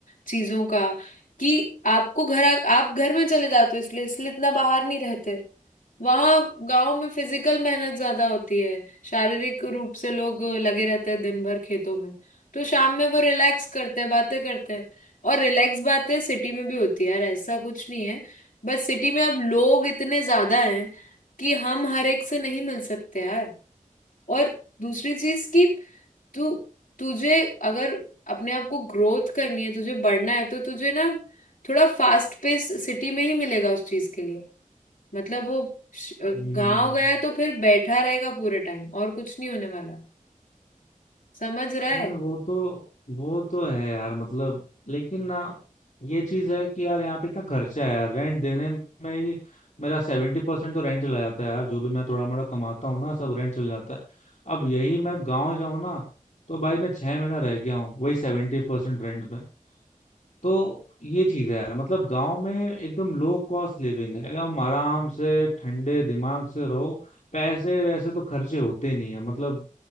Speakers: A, on the left; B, on the left.
A: चीजों का कि आपको घर आ, आप घर में चले जाते हो इसलिए इसलिए इतना बाहर नहीं रहते वहां गांव में फिजिकल मेहनत ज्यादा होती है शारीरिक रूप से लोग लगे रहते हैं दिन भर खेतों में तो शाम में वो रिलैक्स करते हैं बातें करते हैं और रिलैक्स बातें सिटी में भी होती है यार ऐसा कुछ नहीं है बस सिटी में अब लोग इतने ज्यादा हैं कि हम हर एक से नहीं मिल सकते यार और दूसरी चीज कि तू तुझे अगर अपने आप को ग्रोथ करनी है तुझे बढ़ना है तो तुझे ना थोड़ा फास्ट पेस सिटी में ही मिलेगा उस चीज के लिए मतलब वो श-
B: हम्म
A: गांव गया तो फिर बैठा रहेगा पूरे टाइम और कुछ नहीं होने वाला समझ रहा
B: हम्म,
A: है
B: वो तो वो तो है यार मतलब लेकिन ना ये चीज है कि यार यहाँ पे इतना खर्चा है यार रेंट देने में ही मेरा सेवेंटी परसेंट तो रेंट चला जाता है यार जो भी मैं थोड़ा मोड़ा कमाता हूँ ना सब रेंट चला जाता है अब यही मैं गाँव जाऊँ ना तो भाई मैं छह महीना रह गया हूँ वही सेवेंटी परसेंट रेंट पे तो ये चीज है यार मतलब गाँव में एकदम लो कॉस्ट लिविंग है एकदम आराम से ठंडे दिमाग से रहो पैसे वैसे तो खर्चे होते नहीं है मतलब